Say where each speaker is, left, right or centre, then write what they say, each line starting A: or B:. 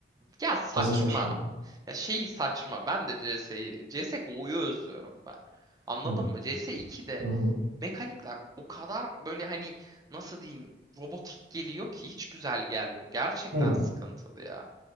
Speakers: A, on the right; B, on the right.
A: Ya saçma.
B: Fazla saçmalıyor.
A: Ya şey saçma. Ben de CS'yi CS:GO'yu özlüyorum ben. Anladın
B: Hı.
A: mı? CS2'de
B: Hı hı.
A: mekanikler o kadar böyle hani nasıl diyeyim robotik geliyor ki hiç güzel gelmiyor. Gerçekten
B: Hı.
A: sıkıntılı ya.